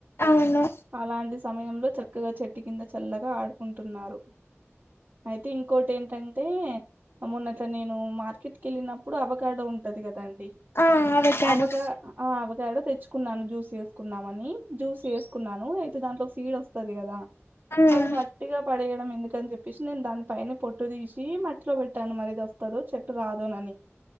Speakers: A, on the left; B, on the right.
A: అవును
B: అలాంటి సమయంలో చక్కగా చెట్టు కింద చల్లగా ఆడుకుంటున్నారు అయితే ఇంకోటేటంటే అ మొన్న అట్లా నేను మార్కెట్కి ఎళ్ళినప్పుడు అవగాడో ఉంటది కదా అండి
A: ఆ అవకాడో
B: అవగా అవవు ఎడో తెచ్చుకున్నాను జ్యూస్ చేసుకుందమని అని జ్యూస్ చేసుకున్నాను అయితే దాంట్లో సీడ్ వస్తది కదా
A: ఉమ్
B: అది మ ఒట్టిగా పడేయడం ఎందుకని చెప్పేసి నేను దాని పైన పొట్టు తీసి మట్టిలో పెట్టాను మరిది వస్ త్తదో చెట్టు రాదోనని